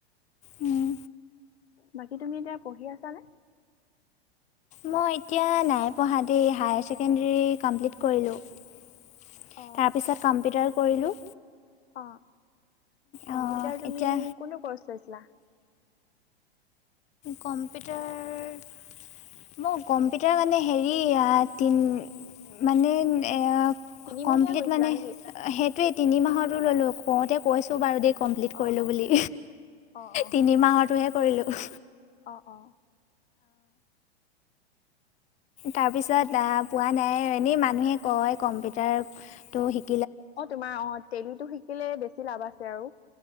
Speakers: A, on the left; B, on the left.
A: উম,
B: বাকী তুমি এতিয়া পঢ়ি আছানে?
A: মই এতিয়া নাই পঢ়া দেই, হায়াৰ ছেকেণ্ডেৰী কমপ্লিট কৰিলোঁ। তাৰপিছত
B: অ',
A: কম্পিউটাৰো কৰিলোঁ।
B: অ
A: অঁ,
B: কম্পিউটাৰ তুমি
A: এতিয়া
B: কোনটো কৰ্চ লৈছিলা।
A: কম্পিউটাৰ মই কম্পিউটাৰ মানে হেৰি আ তিন মানে এয়া
B: তিনিমহীয়া
A: কমপ্লিট
B: গৈছিলা
A: মানে
B: নেকি
A: সেইটোয়েই তিনি মাহৰতো ললোঁ কওঁতে কৈছো বাৰু দেই। কমপ্লিট
B: অ
A: কৰিলো
B: আচ্ছা
A: বুলি,
B: অ অ
A: তিনি মাহৰতোহে কৰিলোঁ।
B: অ', অ',
A: তাৰ পিছত আহ পোৱা নাই এনেই মানুহে কয় কম্পিউটাৰটো সিক
B: অ', তোমাৰ অ', তেলিটো শিকিলে বেছি লাভ আছে আৰু।